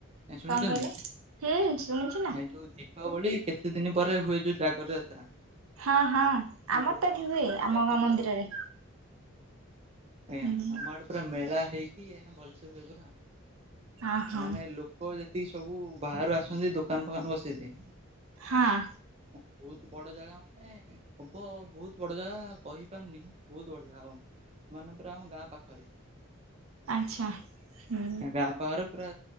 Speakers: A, on the right; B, on the right.
A: ଏ ଶୁଣିଛନ୍ତି
B: କଣ କହିଲେ?
A: ଏ
B: ହୁଁ ଶୁଣିଛୁ ନା
A: ଯୋଉ ତି ଦୀପାବଳି କେତେ ଦିନ ପରେ ହୁଏ ଯୋଉ ଜାଗର ଯାତ୍ରା।
B: ହଁ ହଁ
A: ଯୋଉ
B: ଆମର
A: ଲୋକମାନେ
B: ତ ଏଠି ହୁଏ
A: ଯୋଉ
B: ଆମ
A: ଜାଗର
B: ଗାଁ ମନ୍ଦିରରେ।
A: ଜାଳନ୍ତି ଆଜ୍ଞା
B: ହୁଁ
A: ଆମ ଆଡେ ପୁରା ମେଳା ହେଇକି, ଆ ଭଲସେ ହୁଏ ପୁରା
B: ଅ ହଁ
A: ମାନେ ଲୋ ପ ଯେତିକି ସବୁ ବାହାରୁ ଆସନ୍ତି ଦୋକାନ ଫୋକାନ ବସେଇତେ
B: ହଁ
A: ହଁ ବହୁତ ବଡ ଜାଗା ମାନେ, ହବ ବହୁତ ବଡ ଜାଗା କହିପାରୁନି। ବହୁତ ବଢିଆ ହବ ମନେ ପୁରା ଆମ ଗାଁ ପାଖରେ।
B: ଆଚ୍ଛା ହୁଁ
A: ଗାଁ ପାଖରେ ପୁରା